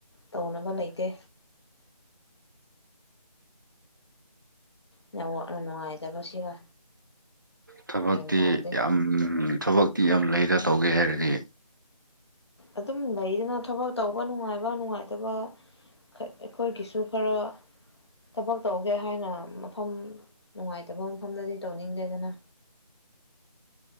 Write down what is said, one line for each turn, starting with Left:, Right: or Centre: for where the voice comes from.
Left: ꯇꯧꯅꯕ ꯂꯩꯇꯦ ꯅꯦꯠꯋꯥꯛꯅ ꯅꯨꯡꯉꯥꯏꯇꯕꯁꯤꯒ
Right: ꯊꯕꯛꯇꯤ
Left: ꯒ꯭ꯌꯥꯟ ꯇꯥꯗꯦ
Right: ꯌꯥꯝ ꯊꯕꯛꯇꯤ ꯌꯥꯝ ꯂꯩꯗ ꯇꯧꯒꯦ ꯍꯥꯏꯔꯗꯤ
Left: ꯑꯗꯨꯝ ꯂꯩꯗꯅ ꯊꯕꯛ ꯇꯧꯕ ꯅꯨꯡꯉꯥꯏꯕ ꯅꯨꯡꯉꯥꯏꯇꯕ ꯑꯩꯈꯣꯏꯒꯤꯁꯨ ꯈꯔ ꯊꯕꯛ ꯇꯧꯒꯦ ꯍꯥꯏꯅ ꯃꯐꯝ ꯅꯨꯡꯉꯥꯏꯇꯕ ꯃꯐꯝꯗꯗꯤ ꯇꯧꯅꯤꯡꯗꯦꯗꯅ